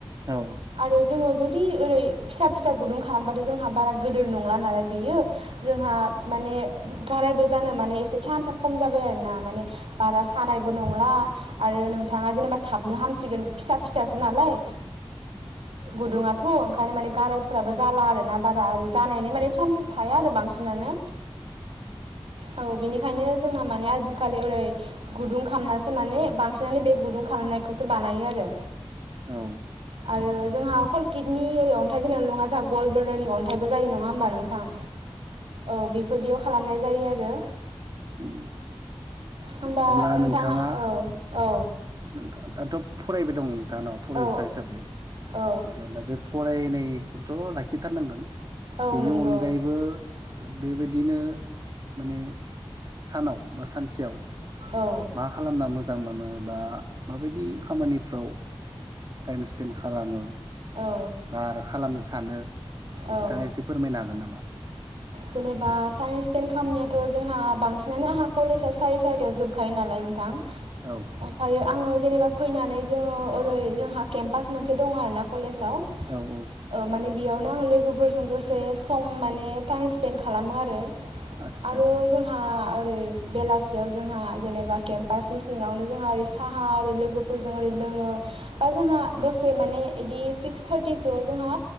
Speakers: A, on the right; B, on the right.
A: औ
B: आरो जोंयो जुदि बिदि ओरै फिसा फिसा गुदुं खालामबाथ' जोंहा बारा गिदोर नंला नालाय बेयो जोंहा माने गारायबो जानो माने एसे सान्स खम जाबाय आरो ना माने बारा सानायबो
A: औ
B: नंला आरो नोंथाङा जेनेबा था हाबनो हामसिगोन फिसा फिसासो नालाय गुदुङा थ' ओंखायनो माने गारायफ्राबो जाला आरो ना बारा ओरै जानायनि माने सान्सेस थाया आरो बांसिनानो औ बिनि ओखायनो जोंना माने आजिखालि ओरै गुदुं खालामनासो माने बांसिनानो बे गुदुं खामनायखौसो बानायो आरो
A: औ
B: आरो जोंहा अकल किडनि ओरै अन्थाइ जों नङा जों गल्ड ब्लाडारनि अन्थाइबो जायो नङा होमबा नों आ औ भिडिव खालामनाय जायो आरो
A: उम
B: होमबा
A: अब्ला नोंथाङा
B: औ औ
A: नोंथ दाथ' फरायबाय दं नोंथांङा फरायसा
B: औ
A: हिसाबै
B: औ
A: अब्ला दा बे फरायनाय एखौथ' लाखिथारनांगोन
B: औ
A: बेनि
B: नंगौ
A: अनगायैबो बेबायदिनो माने सानाव बा सानसेयाव
B: औ
A: मा खालामना मोजां मोनो बा माबायदि खामानिफ्राव टाइम स्पेन्ड खालामो
B: औ
A: बा आरो खालामनो सानो
B: औ
A: नोंथाङा एसे फोरमायनो हागोन नामा
B: जेनेबा टाइम स्पेन्ड खामनायाथ' जोंहा बांसिनानो आंहा कलेजआ सारि सारिथायाव जोबखायो नालाय नोंथां
A: औ
B: ओमफायो आङो जेनेबा फैनानै जोङो ओरै जोंहा केम्पास मोनसे दं आरो ना कलेज आव ओ
A: औ
B: माने बियाव ना आङो लोगोफोरजों दसे सम माने टाइम स्पेन्ड खालामो आरो
A: औ आदसा
B: आरो जोंहा ओरै बेलासियाव जोंहा जेनेबा केम्पासनि सिङावनो जोंहा ओरै साहा ओरै लोगोफोरजों ओरै लोङो आ बा जोंहा
A: औ
B: दसे माने बिदि सिक्स थार्टिसोआव जोंहा